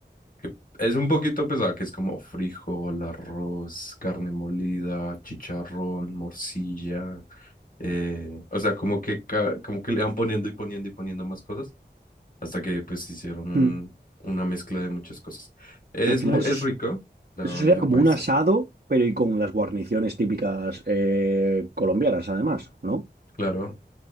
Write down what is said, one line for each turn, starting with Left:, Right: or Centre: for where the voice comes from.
Left: que Es un poquito pesada, que es como frijol, arroz, carne molida, chicharrón, morcilla, eh, o sea, como que, ca- como que le van poniendo y poniendo y poniendo más cosas hasta que pues hicieron un,
Right: Hmm.
Left: una mezcla de muchas cosas. Es,
Right: Pero al final
Left: mu-
Right: eso,
Left: es
Right: es-
Left: rico la
Right: eso
Left: bandeja
Right: sería como
Left: paisa,
Right: un asado, pero y con las guarniciones típicas eh, colombianas, además, ¿no?
Left: claro.